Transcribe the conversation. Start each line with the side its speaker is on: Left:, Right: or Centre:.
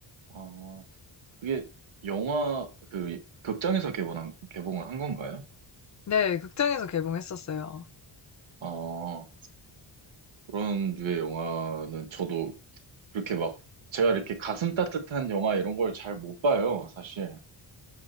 Right: 아, 그게 영화 그 극장에서 개봉한 개봉을 한 건가요?
Left: 네, 극장에서 개봉했었어요.
Right: 아 그런 류의 영화는 저도 그렇게 막 제가 이렇게 가슴 따뜻한 영화 이런 걸 잘 못 봐요 사실.